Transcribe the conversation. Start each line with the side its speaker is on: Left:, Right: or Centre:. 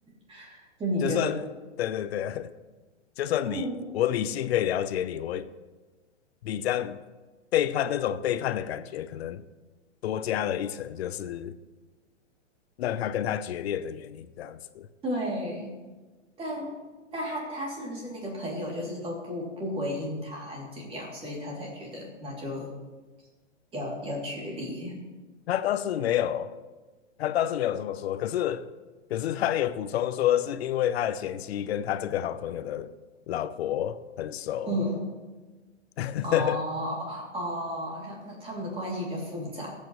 Right: <laughs> 就你觉得
Left: 就算对对对啊，就算理我理性可以了解你，
Right: 嗯
Left: 我你这样背叛那种背叛的感觉，可能多加了一层，就是让他跟他决裂的原因，这样子。
Right: 对，但但他他是不是那个朋友就是都不不回应他还是怎么样，所以他才觉得那就要要决裂，
Left: 他倒是没有，他倒是没有这么说。可是，可是他也补充说，是因为他的前妻跟他这个好朋友的老婆很熟。
Right: 嗯
Left: <laughs>
Right: 哦哦，他们他们的关系比较复杂，